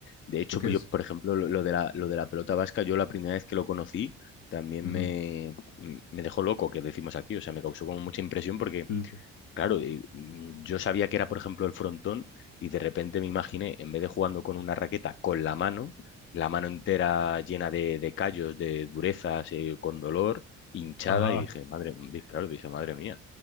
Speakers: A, on the left; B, on the left.
A: de hecho,
B: ¿Esto qué
A: pues
B: es?
A: yo, por ejemplo, lo, lo de la, lo de la pelota vasca, yo la primera vez que lo conocí, también
B: Uh
A: me,
B: -huh.
A: mm, me dejó loco, que decimos aquí, o sea, me causó como mucha impresión porque,
B: sí.
A: claro, eh, mm, yo sabía que era, por ejemplo, el frontón y de repente me imaginé, en vez de jugando con una raqueta, con la mano, la mano entera llena de, de callos, de durezas, eh, con dolor, hinchada,
B: Ajá,
A: y dije, madre, claro, dije, madre mía,